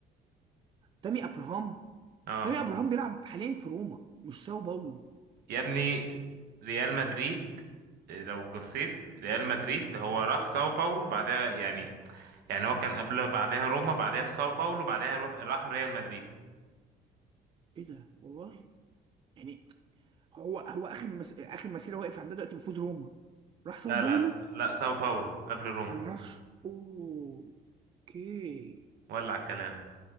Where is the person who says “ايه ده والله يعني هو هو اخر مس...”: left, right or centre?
Right